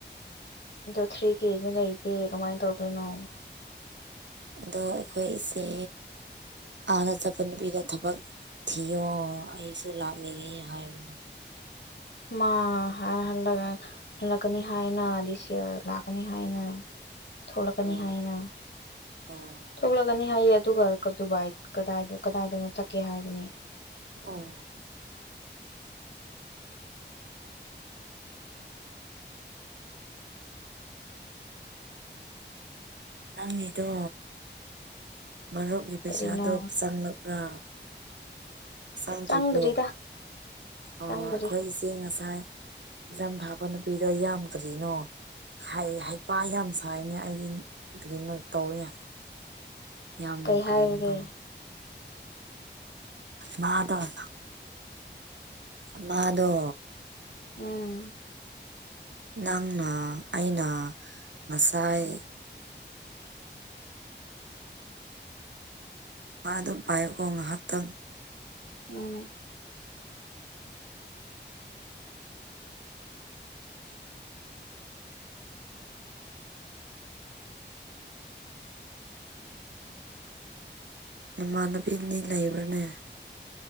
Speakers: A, on the left; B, on the right.
A: ꯑꯗꯣ ꯊ꯭ꯔꯤ ꯀꯦꯗ ꯂꯩꯇꯦ ꯀꯃꯥꯏꯅ ꯇꯧꯗꯣꯏꯅꯣ
B: ꯑꯗꯣ ꯑꯩꯈꯣꯏ ꯏꯁꯦ ꯍꯥꯟꯅ ꯆꯄ ꯅꯨꯕꯤꯗ ꯊꯕꯛ ꯊꯤꯌꯣ ꯑꯩꯁꯨ ꯂꯥꯛꯅꯤꯡꯉꯦ ꯍꯥꯏꯕꯗ
A: ꯃꯥ ꯍꯜꯂꯒ ꯍꯜꯂꯛꯀꯅꯤ ꯍꯥꯏꯅ ꯗꯤꯁ ꯌꯔ ꯂꯥꯛꯀꯅꯤ ꯍꯥꯏꯅ ꯊꯣꯛꯂꯛꯀꯅꯤ
B: ꯎꯝ
A: ꯍꯥꯏꯅ
B: ꯎꯝ
A: ꯊꯣꯛꯂꯒꯅꯤ ꯍꯥꯏꯌꯦ ꯑꯗꯨꯒ ꯗꯨꯕꯥꯏ ꯀꯗꯥꯏꯗ ꯀꯗꯥꯏꯗꯅ ꯆꯠꯀꯦ ꯍꯥꯏꯕꯅꯦ
B: ꯑꯣ ꯅꯪꯒꯤꯗꯣ ꯃꯔꯨꯞꯀꯤ ꯄꯩꯁꯥꯗꯣ
A: ꯀꯔꯤꯅꯣ
B: ꯆꯪꯂꯛꯄ꯭ꯔꯥ ꯆꯪꯗ꯭ꯔꯤꯕ꯭ꯔꯣ
A: ꯆꯪꯗ꯭ꯔꯤꯗ
B: ꯑꯩꯈꯣꯏꯁꯦ
A: ꯆꯪꯗ꯭ꯔꯤ
B: ꯉꯁꯥꯏ ꯏ ꯊꯥꯛꯀ ꯅꯨꯄꯤꯗꯣ ꯌꯥꯝꯗ꯭ꯔꯤꯅꯣ ꯍꯥꯏ ꯍꯩꯄꯥ ꯌꯥꯝ ꯁꯥꯏꯅꯦ ꯑꯩꯗꯤ ꯑꯗꯨꯗꯤꯃꯛ ꯇꯧꯋꯦ ꯌꯥꯝ ꯉꯅꯨꯡ
A: ꯀꯩ
B: ꯀ꯭ꯔꯦꯅꯗꯣ
A: ꯍꯥꯏꯔꯒꯦ
B: ꯃꯥꯗꯣꯟ ꯃꯥꯗꯣ
A: ꯎꯝ
B: ꯅꯪꯅ ꯑꯩꯅ ꯉꯁꯥꯏ ꯃꯥ ꯑꯗꯨꯝ ꯄꯥꯏꯌꯛꯑꯣꯣ ꯉꯥꯏꯍꯥꯛꯇꯪ
A: ꯎꯝ
B: ꯏꯃꯥꯟꯅꯕꯤꯅꯤ ꯂꯩꯕ꯭ꯔꯅꯦ